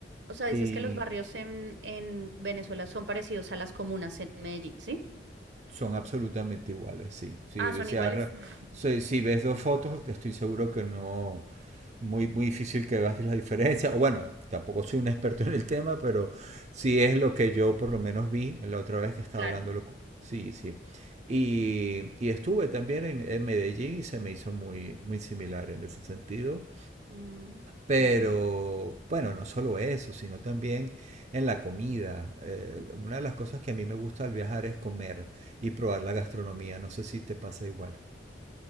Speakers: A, on the right; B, on the right.
A: O sea, dices
B: Y
A: que los barrios en, en Venezuela son parecidos a las comunas en Medellín, ¿sí?
B: son absolutamente iguales, sí. Sí,
A: Ah,
B: o
A: son
B: sea,
A: iguales.
B: re-
A: <laughs>
B: si, si ves dos fotos, estoy seguro que no, muy, muy difícil que veas la diferencia. O bueno, tampoco soy un experto en el tema, pero sí es lo que yo por lo menos vi la otra vez que estaba
A: Claro.
B: hablando. lo cu- Sí, sí. Y, y estuve también en, en Medellín y se me hizo muy, muy similar en ese sentido.
A: Mm,
B: Pero
A: ujú.
B: bueno, no solo eso, sino también en la comida. Eh, una de las cosas que a mí me gusta al viajar es comer y probar la gastronomía. No sé si te pasa igual.